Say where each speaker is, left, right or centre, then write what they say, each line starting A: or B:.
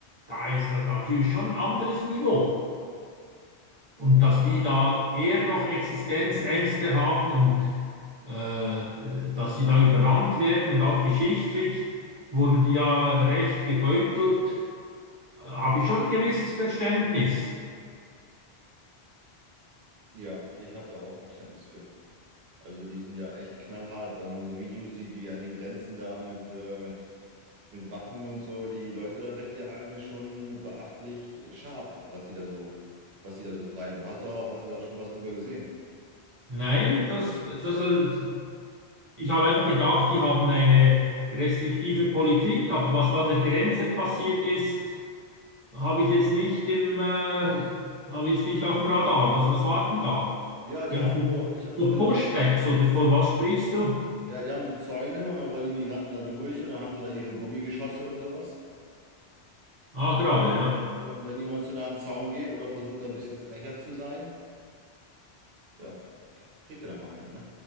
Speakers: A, on the right; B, on the right.
A: Da ist das natürlich schon ein anderes Niveau. Und
B: mh,
A: dass die da eher noch Existenzängste haben und äh, dass die da überrannt werden und auch geschichtlich wurden die ja recht gebeutelt, äh, habe ich schon ein gewisses Verständnis.
B: ja, ich habe da auch Verständnis für. Also die sind ja echt knallhart, weil man so Videos sieht, wie die an den Grenzen da mit, äh, mit, mit Waffen und so die Leute da wegjagen, ist schon beachtlich äh, scharf, was die da so, was die da so treiben. Hast du, auch- hast du da schon was drüber gesehen?
A: Nein, das, das, äh, ich habe einfach gedacht, die haben eine restriktive Politik, aber was da an der Grenze passiert ist, habe ich jetzt nicht im, äh, habe ich jetzt nicht auf dem Radar. Was, was war denn da?
B: Ja, die
A: Ging's
B: haben
A: um
B: so, ich habe
A: so
B: so gesehen,
A: Pushbacks oder von was sprichst du?
B: ja, die haben so Zäune und dann wollen die Migranten da durch und dann haben sie da ihre Gummigeschosse und sowas.
A: Ah, gerade, ja.
B: Und wenn jemand zu nah an den Zaun geht oder versucht, da ein bisschen frecher zu sein, ja, kriegt er da mal eine, ne?